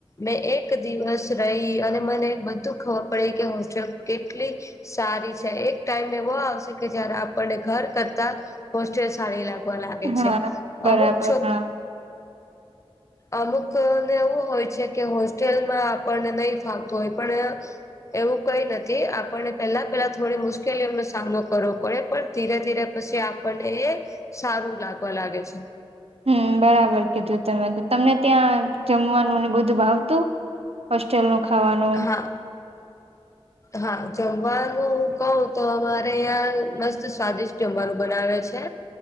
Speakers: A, on the left (about 30°); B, on the right (about 75°).
A: મેં એક દિવસ રહી અને મને બધું ખબર પડી કે હોસ્ટેલ કેટલી સારી છે એક ટાઈમ એવો આવશે કે જયારે આપણને ઘર કરતા હોસ્ટેલ સારી લાગે. બોલાવે
B: હા
A: છે
B: બરાબર
A: અમુક છોક.
B: હા
A: અમુક ને એવું હોય છે કે હોસ્ટેલમાં આપણને નહીં ફાવતું હોય પણ એવું કઈ નથી આપણને પેલા પેલા થોડી મુશ્કેલીઓનો સામનો કરવો પડે પણ ધીરે ધીરે પછી આપણને એ સારું લાગવા લાગે છે.
B: હમ બરાબર કીધું તમે તમને ત્યાં જમવાનું ને બધું ભાવતું. હોસ્ટેલ નું ખાવાનું.
A: હા હા જમવાનું હું કહું તો અમારે અહં મસ્ત સ્વાદિષ્ટ જમવાનું બનાવે છે.